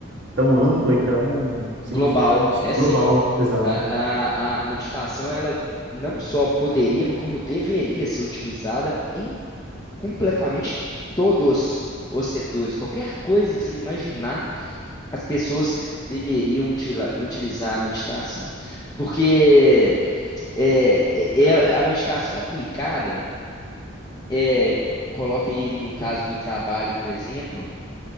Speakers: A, on the right (about 60°); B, on the left (about 20°).
A: tão ampla e tão significante.
B: Global, é
A: Global,
B: sim.
A: exato,
B: A, a, a meditação, ela não só poderia, mas como deveria ser utilizada em completamente todos os setores. Qualquer coisa que você imaginar, as pessoas deveriam utila- utilizar a meditação. Porque é, é, é a meditação aplicada, é, coloca aí no caso do trabalho, por exemplo.